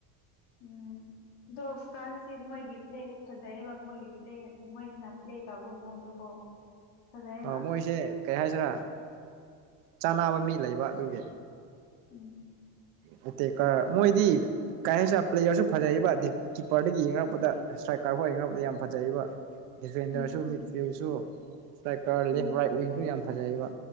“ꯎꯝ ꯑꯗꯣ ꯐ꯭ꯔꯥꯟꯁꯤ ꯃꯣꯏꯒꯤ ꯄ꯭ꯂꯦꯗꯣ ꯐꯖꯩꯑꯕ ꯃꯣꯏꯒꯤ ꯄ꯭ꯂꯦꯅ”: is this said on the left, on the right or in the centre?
Left